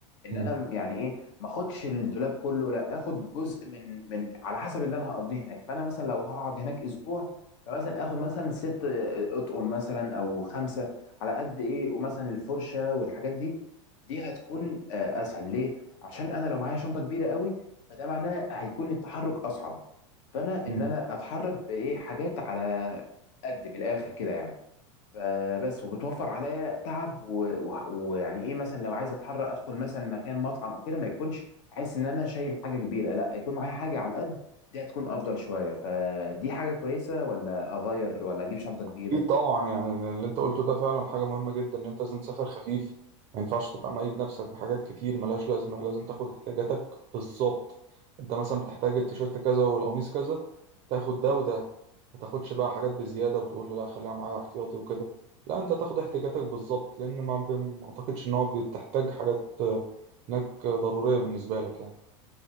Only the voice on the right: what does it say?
مم.
مم.
أكيد طبعا يعني اللي أنت قلته ده فعلا حاجة مهمة جدا إن أنت لازم تسافر خفيف ما ينفعش تبقى مقيد نفسك بحاجات كتير ملهاش لازمة لازم تاخد احتياجاتك بالظبط أنت مثلا بتحتاج التيشيرت
كذا والقميص كذا تاخد ده وده ما تاخدش بقى حاجات بزيادة وتقول لا خليها معايا احتياطي وكده لا أنت تاخد احتياجاتك بالظبط لأن ما ب- ما أعتقدش إن هو بتحتاج حاجات آه، هناك ضرورية بالنسبة لك يعني